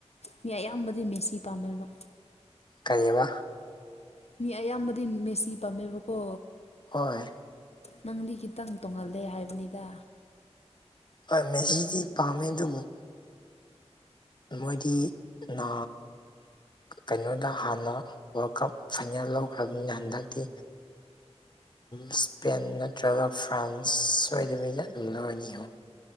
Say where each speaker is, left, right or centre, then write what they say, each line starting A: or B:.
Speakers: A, on the left (about 65°); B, on the left (about 40°).
A: ꯃꯤ ꯑꯌꯥꯝꯕꯗꯤ ꯃꯦꯁꯤ ꯄꯥꯝꯃꯦꯕ
B: ꯀꯔꯤꯕ
A: ꯃꯤ ꯑꯌꯥꯝꯕꯗꯤ ꯃꯦꯁꯤ ꯄꯥꯝꯃꯦꯕꯀꯣ
B: ꯍꯣꯏ
A: ꯅꯪꯗꯤ ꯈꯤꯇꯪ ꯇꯣꯡꯍꯜꯂꯦ ꯍꯥꯏꯕꯅꯤꯗ
B: ꯍꯣꯏ ꯃꯦꯤꯗꯤ ꯄꯥꯝꯃꯦ ꯑꯗꯨꯕꯨ ꯃꯣꯏꯗꯤ ꯅ ꯀꯩꯅꯣꯗ ꯍꯥꯟꯅ ꯋꯥꯔꯜ ꯀꯞ ꯐꯥꯏꯅꯦꯜ ꯂꯧꯈ꯭ꯔꯕꯅꯤꯅ ꯍꯟꯗꯛꯇꯤ ꯏꯁꯄꯦꯟ ꯅꯠꯇ꯭ꯔꯒ ꯐ꯭ꯔꯥꯟꯁ ꯁꯣꯏꯗꯕꯤꯗ ꯑꯗꯨꯝ ꯂꯧꯅꯤꯉꯣ